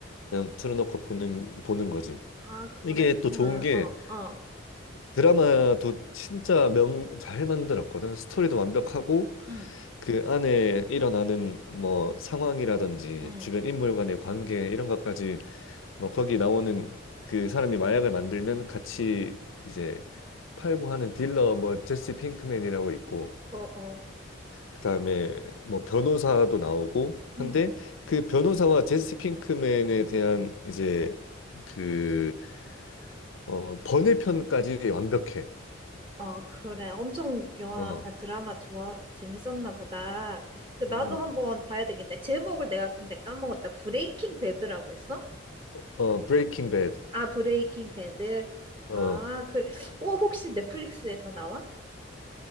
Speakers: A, on the left; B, on the right.
A: 그냥 틀어놓고 보는 보는 거지.
B: 아, 그랬구만.
A: 이게 또 좋은 게
B: 어, 어.
A: 드라마도 진짜 명 잘 만들었거든. 스토리도 완벽하고
B: 응,
A: 그 안에 일어나는 뭐 상황이라든지
B: 응.
A: 주변 인물 간의 관계 이런 것까지 뭐 거기 나오는 그 사람이 마약을 만들면 같이 이제 팔고 하는 딜러 뭐 제시 핑크맨이라고 있고
B: 어, 어.
A: 그다음에 뭐 변호사도 나오고 한데
B: 응.
A: 그 변호사와 제시 핑크맨에 대한 이제 그 어 번외편까지 완벽해.
B: 어, 그래. 엄청 영화가
A: 어.
B: 드라마 좋아, 재밌었나 보다. 그, 나도
A: 음.
B: 한번 봐야 되겠네. 제목을 내가 근데 까먹었다. 브레이킹 배드라고 했어?
A: 어 브레이킹 배드.
B: 아, 브레이킹 배드.
A: 어.
B: 아, 그래. 어, 혹시 넷플릭스에서 나와?